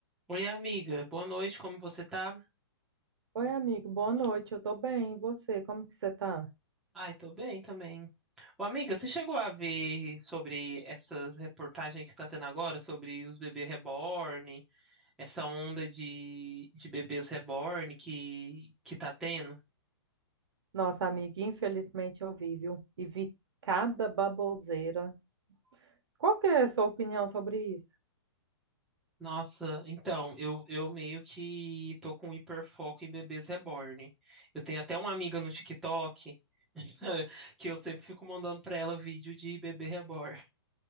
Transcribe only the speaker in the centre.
Oi, amiga. Boa noite, como você tá?
Ai, tô bem também. Ô, amiga, você chegou a ver sobre essas reportagens que está tendo agora sobre os bebês reborn, essa onda de, de bebês reborn que, que tá tendo?
Nossa, então, eu, eu meio que tô com hiperfoco em bebês reborn. Eu tenho até uma amiga no TikTok <laughs> que eu sempre fico mandando pra ela vídeo de bebê reborn.